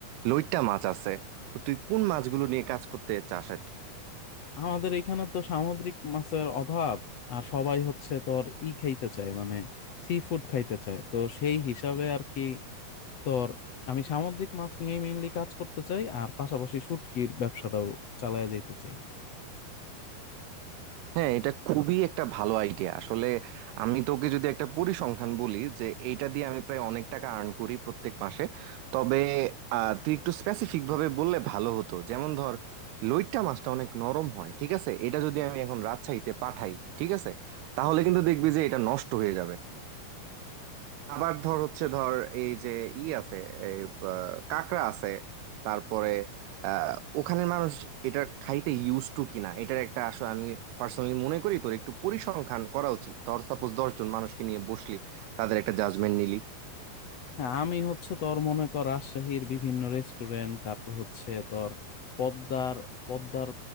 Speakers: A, on the right; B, on the left.
A: লইট্টা মাছ আছে তো তুই কোন মাছগুলো নিয়ে কাজ করতে চাস আর কি?
B: আমাদের এখানে তো সামুদ্রিক মাছের অভাব আর সবাই হচ্ছে তোর ই খাইতে চায় মানে সি ফুড খাইতে চায় তো সেই হিসাবে আর কি তোর আমি সামুদ্রিক মাছ নিয়ে মেইনলি কাজ করতে চাই আর পাশাপাশি শুটকির ব্যবসাটাও চালায় যেতে চাই
A: হ্যাঁ এটা খুবই একটা ভালো আইডিয়া আসলে আমি তোকে যদি একটা পরিসংখ্যান বলি যে এইটা দিয়ে আমি প্রায় অনেক টাকা আর্ন করি প্রত্যেক মাসে তবে আহ, তুই একটু স্পেসিফিক ভাবে বললে ভালো হতো যেমন ধর লইট্টা মাছটা অনেক নরম হয় ঠিক আছে এটা যদি আমি এখন রাজশাহীতে পাঠাই ঠিক আছে তাহলে কিন্তু দেখবি যে এটা নষ্ট হয়ে যাবে আবার ধর হচ্ছে ধর এই যে ই আছে এই বা, কাঁকড়া আছে তারপরে আহ, ওখানের মানুষ এটা খাইতে ইউজ টু কিনা এটার একটা আসলে আমি পার্সোনালি মনে করি তোর একটু পরিসংখ্যান করা উচিত ধর সাপোজ দশ জন মানুষকে নিয়ে বসলি তাদের একটা জাজমেন্ট নিলি
B: হ্যাঁ আমি হচ্ছে তোর মনে কর রাজশাহীর বিভিন্ন রেস্টুরেন্ট তারপর হচ্ছে তোর পদ্মার পদ্মার